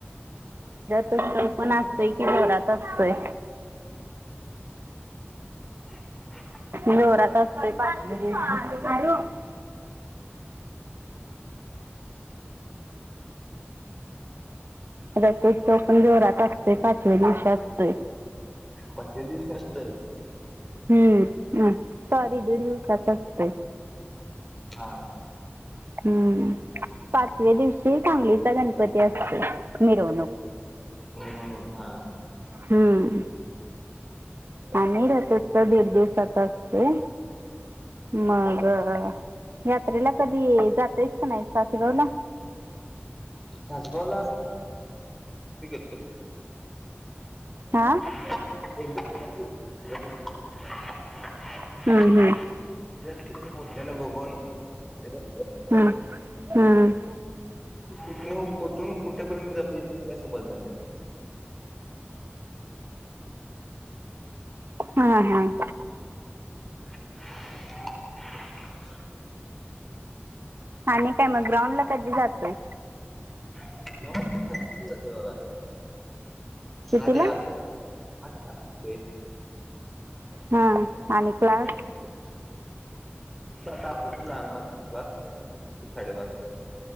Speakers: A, in the centre; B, on the right.
A: हम्म हम्म.
B: <unintelligible> पण असतंय की जोरात असतोय.
A: <unintelligible>
B: जोरातच ते पाच <unintelligible> रथोत्सव पण जोरात असतय, पाचव्या दिवशी असतोय.
A: पाचव्या दिवशी फास्ट
B: हम्म. ह सॉरी दीड दिवसात असतय.
A: हा
B: हम्म. पाचव्या दिवशी सांगलीचा गणपती असतोय मिरवणूक.
A: मिरवणूक हा,
B: हम्म. आम्ही राहतो तिथं दीड दिवसाचा असतोय मग, यात्रेला कधी जातयस का नाही तासगावला?
A: तासगावला <unintelligible> गेलतो.
B: हा.
A: <unintelligible>
B: हम्म. हम्.
A: <unintelligible> इथलं मोजलेलं बघून <unintelligible>
B: हम्म. हा.
A: कुठन कुठून कुठेपर्यंत जातो ते काय समजलं नाही.
B: हा. हा.
A: <unintelligible>
B: आणि काय मग ग्राउंडला कधी जातोय?
A: ग्राउंडला सकाळी जातोय बघा,
B: कितीला
A: सहा ते आठ. आठ ना ते
B: हा आणि क्लास
A: फक्त, आता आवरून जाणार <unintelligible> साडेबारा